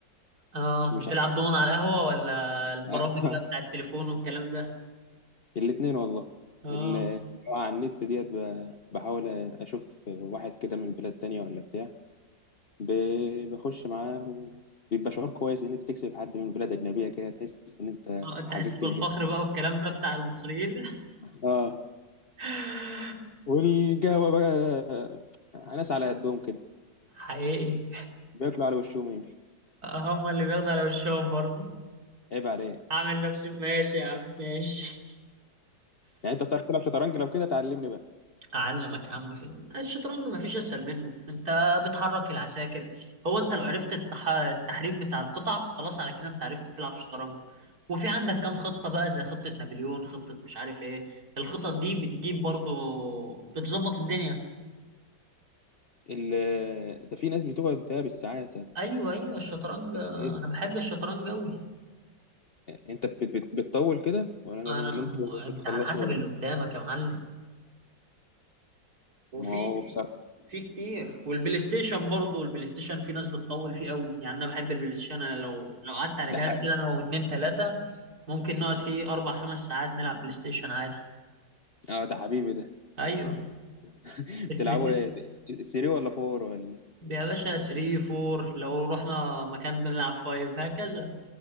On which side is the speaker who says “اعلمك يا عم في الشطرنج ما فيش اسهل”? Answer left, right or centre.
Right